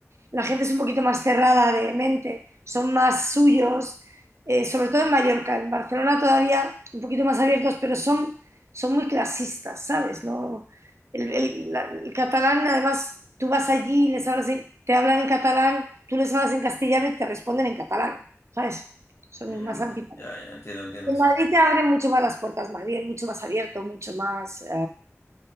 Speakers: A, on the right (about 60°); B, on the left (about 55°).
A: la gente es un poquito más cerrada de mente, son más suyos, eh, sobre todo en Mallorca, en Barcelona todavía un poquito más abiertos, pero son, son muy clasistas, ¿sabes? No, el, el- la- el catalán, además, tú vas allí y les hablas en- te hablan en catalán, tú les hablas en castellano y te responden en catalán, ¿sabes? Son
B: Mm,
A: más antipáticos.
B: ya, ya, entiendo, entiendo.
A: En Madrid te abren mucho más las puertas, Madrid es mucho más abierto, mucho más, eh,